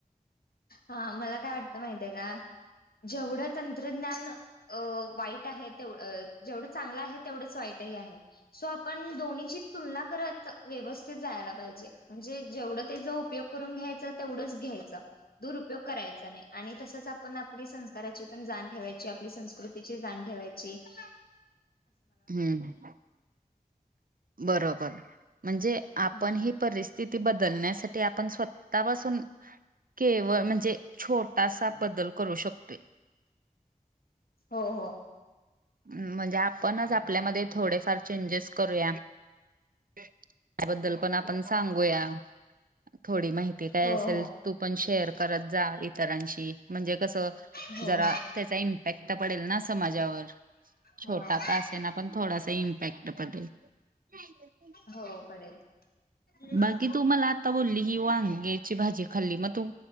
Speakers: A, on the left; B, on the right.
A: हा मला काय वाटतं माहतीय आहे का, जेवढं तंत्रज्ञान अ वाईट आहे तेव -जेवढं चांगलं आहे तेवढंच वाईटही आहे. सो आपण दोन्हीची तुलना करत व्यवस्थित जायाला पाहिजे. म्हणजे जेवढं त्याचा उपयोग करून घ्यायचा तेवढंच घ्यायचा. दुरुपयोग करायचा नाही आणि तसच आपण आपली संस्काराची पण जाण ठेवायची आपली संस्कृतीची जाण ठेवा ची <inaudible>
B: हम्म बरोबर म्हणजे आपण
A: हम्म.
B: ही परिस्थि तिथी बदलण्यासा ठी आपण स्वतःपासून केवळ म्हणजे छोटासा बदल करू शकतोय.
A: हो- हो.
B: म्हणजे आपणच आपल्यामध्ये थोडेफार चेंजेस करूया. त्याबद्दल पण आपण सांगूया थोडी माहि ते काय
A: हो हो
B: असेल तू पण शेअर करत जा इतरांशी म्हणजे कसं,
A: हो
B: जरा त्याचा इम्पॅक्ट पडेल ना समाजावर
A: हो.
B: छोटा का असेना पण थोडासा इम्पॅक्ट पदेल. <inaudible>
A: हो पडेल <inaudible>
B: बाकी तू मला आता बोल्ली की वांग्याची भाजी खाल्ली मग तू